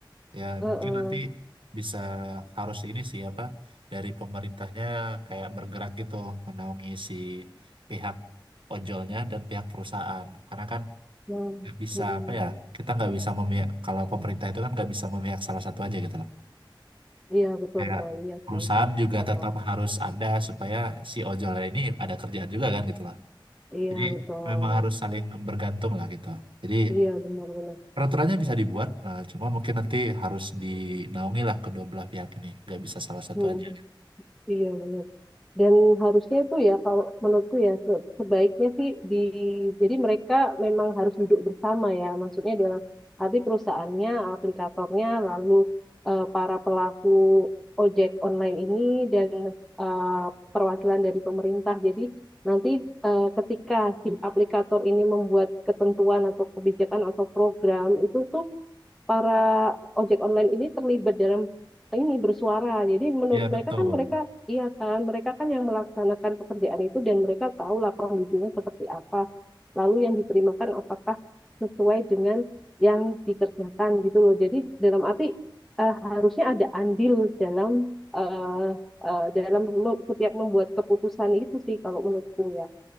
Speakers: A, on the right; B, in the centre.
A: Ya
B: Eh, eh.
A: mungkin nanti bisa harus ini sih apa dari pemerintahnya kayak bergerak gitu menaungi si pihak ojolnya dan pihak perusahaan. Karena kan
B: Nah,
A: nggak bisa
B: mm-mm.
A: apa ya kita nggak bisa memihak kalau pemerintah itu kan nggak bisa memihak salah satu aja gitu loh.
B: Iya betul
A: Kayak
B: betul iya
A: perusahaan
B: sih.
A: juga
B: Heeh.
A: tetap harus ada supaya si ojolnya ini ada kerjaan juga kan gitu loh.
B: Iya
A: Jadi
B: betul,
A: memang harus saling bergantung lah gitu. Jadi
B: iya benar-benar,
A: Peraturannya bisa dibuat, eh, cuma mungkin nanti harus dinaungi lah kedua belah pihak ini. Nggak bisa salah satu
B: Mhm.
A: aja.
B: Iya benar. Dan harusnya itu ya kalau menurutku ya se- sebaiknya sih di jadi mereka memang harus duduk bersama ya, maksudnya dalam arti perusahaannya, aplikatornya, lalu eh, para pelaku ojek online ini dan eh, perwakilan dari pemerintah. Jadi nanti eh, ketika si aplikator ini membuat ketentuan atau kebijakan atau program itu tuh para ojek online ini terlibat dalam ini bersuara. Jadi menurut
A: Ya, betul.
B: mereka kan mereka iya kan mereka kan yang melaksanakan pekerjaan itu dan mereka tahu tahulah kondisinya seperti apa. Lalu yang diterimakan apakah sesuai dengan yang dikerjakan gitu loh. Jadi dalam arti eh, harusnya ada andil dalam eh, eh, dalam mem- setiap membuat keputusan itu sih kalau menurutku ya